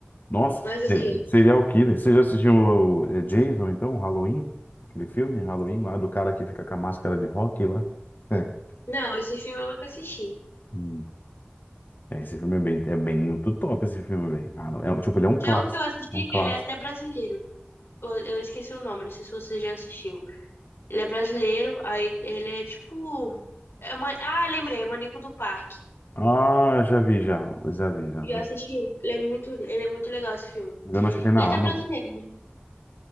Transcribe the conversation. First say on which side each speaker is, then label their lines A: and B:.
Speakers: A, on the left; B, on the left.
A: Nossa,
B: mais o
A: se-
B: quê?
A: Serial Killer. Você já assistiu o eh, Jason, então, Halloween? Aquele filme, Halloween, lá do cara que fica com a máscara de rock lá. É.
B: Não, esse filme eu nunca assisti.
A: Hum. É, Esse filme é bem, é bem muito top, esse filme, velho. Ah, não, é, um, tipo, ele é um
B: Tem
A: clássico.
B: um que eu assisti
A: É um clássico.
B: que ele é até brasileiro. Eu, eu esqueci o nome, não sei se você já assistiu. Ele é brasileiro, aí ele é tipo. É uma... Ah, lembrei, é Manico do Parque.
A: Ah, já vi, já. Já vi, já.
B: Já assistiu? Ele é muito, ele é muito legal esse filme.
A: Eu acho que tem na
B: Ele é até
A: Amazon.
B: brasileiro. né?